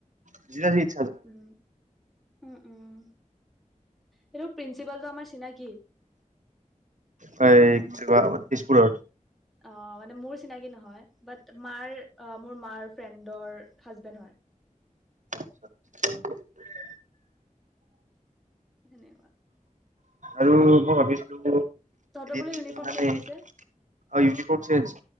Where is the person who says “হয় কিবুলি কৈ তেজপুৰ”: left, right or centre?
Right